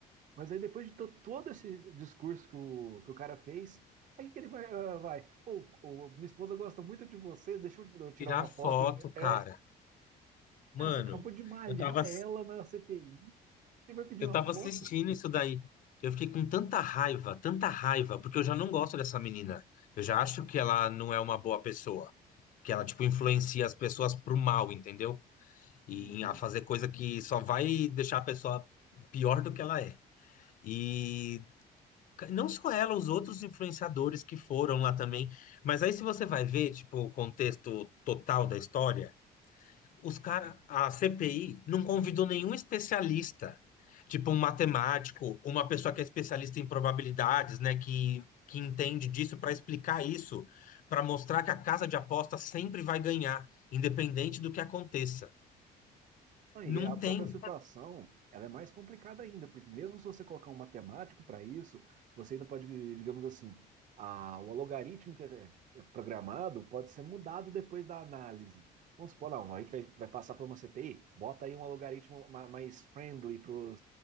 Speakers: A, on the right (about 50°); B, on the left (about 50°).
A: Mas aí depois de to- todo esse discurso que o, que o cara fez, aí que ele vai, ah, vai, pô, ô, minha esposa gosta muito de você, deixa eu eu tirar
B: Tirar
A: uma foto.
B: foto,
A: Eu- É,
B: cara. Mano,
A: cara, você acabou de malhar
B: eu tava,
A: ela na CPI e vai pedir
B: eu
A: uma
B: tava
A: foto?
B: assistindo isso daí. Eu fiquei com tanta raiva, tanta raiva, porque eu já não gosto dessa menina. Eu já acho que ela não é uma boa pessoa. Que ela, tipo, influencia as pessoas pro mal, entendeu? e
A: Uhum.
B: a fazer coisa que só vai deixar a pessoa pior do que ela é. E
A: uhum.
B: não só ela, os outros influenciadores que foram lá também. Mas aí, se você vai ver, tipo, o contexto total da história, os cara
A: Não,
B: a CPI não convidou nenhum especialista, tipo um matemático, uma pessoa que é especialista em probabilidades, né, que, que entende disso para explicar isso, para mostrar que a casa de aposta sempre vai ganhar, independente do que aconteça.
A: E
B: Não
A: a própria
B: tem.
A: situação, ela é mais complicada ainda, porque mesmo se você colocar um matemático para isso, você ainda pode, digamos assim, a, o logaritmo que é é programado pode ser mudado depois da análise. Vamos supor, não, a gente vai, vai passar por uma CPI, bota aí um logaritmo ma- mais friendly para o